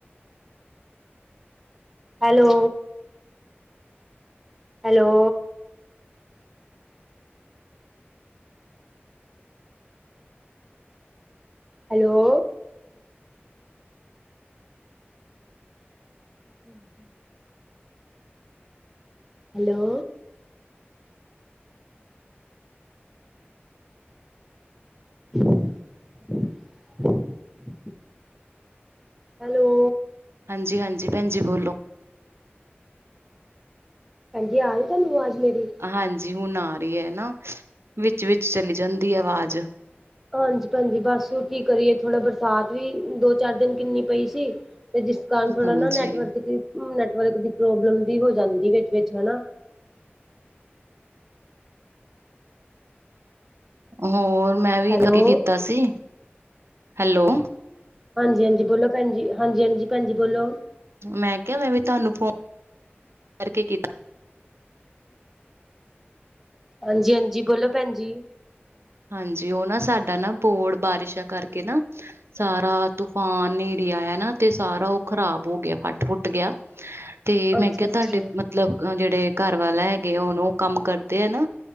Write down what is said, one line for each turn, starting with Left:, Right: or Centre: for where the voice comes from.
Centre: ਹੈਲੋ। ਹੈਲੋ। ਹੈਲੋ। ਹਮ ਹਮ। ਹੈਲੋ। <unintelligible> ਹੈਲੋ।
Right: ਹਾਂਜੀ ਹਾਂਜੀ ਭੈਣ ਜੀ ਬੋਲੋ।
Centre: ਭੈਣਜੀ ਆ ਰੀ ਤੁਹਾਨੂੰ ਆਵਾਜ਼ ਮੇਰੀ।
Right: ਹਾਂਜੀ ਹੁਣ ਆ ਰਹੀ ਹੈ ਨਾ ਵਿੱਚ ਵਿਚ ਚਲੀ ਜਾਂਦੀ ਹੈ ਆਵਾਜ਼।
Centre: ਹਾਂਜੀ ਭੈਣਜੀ ਬਸ ਉਹ ਕੀ ਕਰੀਏ ਥੋੜਾ ਬਰਸਾਤ ਵੀ ਦੋ ਚਾਰ ਦਿਨ ਕਿੰਨੀ ਪਈ ਸੀ। ਤੇ ਜਿਸ ਕਾਰਨ ਥੋੜਾ
Right: ਹਾਂਜੀ
Centre: ਨਾ ਨੈਟਵਰਕ ਨੈਟਵਰਕ ਦੀ ਪ੍ਰੋਬਲਮ ਵੀ ਹੋ ਜਾਂਦੀ ਵਿਚ ਵਿਚ ਹੈਨਾ।
Right: ਹੋਰ ਮੈਂ ਵੀ
Centre: ਹੈਲੋ
Right: ਐ ਕੀਤਾ ਸੀ, ਹੈਲੋ।
Centre: ਹਾਂਜੀ ਹਾਂਜੀ ਬੋਲੋ ਭੈਣਜੀ ਹਾਂਜੀ ਹਾਂਜੀ ਭੈਣਜੀ ਬੋਲੋ।
Right: ਮੈਂ ਕਿਹਾ ਮੈਂ ਵੀ ਤੁਹਾਨੂੰ ਫੋਨ, ਕਰਕੇ ਕੀਤਾ।
Centre: ਹਾਂਜੀ ਹਾਂਜੀ ਬੋਲੋ ਭੈਣ ਜੀ।
Right: ਹਾਂਜੀ ਉਹ ਨਾ ਸਾਡਾ ਨਾ ਬੋੜ ਬਾਰਿਸ਼ਾਂ ਕਰਕੇ ਨਾ ਸਾਰਾ ਤੂਫਾਨ ਆਇਆ ਨਾ ਤੇ ਸਾਰਾ ਉਹ ਖ਼ਰਾਬ ਹੋ ਗਿਆ ਫੱਟ ਫੁੱਟ ਗਿਆ, ਤੇ ਮੈਂ
Centre: ਅੱਛਾ
Right: ਕਿਹਾ
Centre: ਅੱਛਾ
Right: ਤੁਹਾਡੇ ਮਤਲਬ ਔ ਜਿਹੜੇ ਘਰ ਵਾਲੇ ਹੈਗੇ ਐ ਹੁਣ ਉਹ ਕੰਮ ਕਰਦੇ ਐ ਨਾ।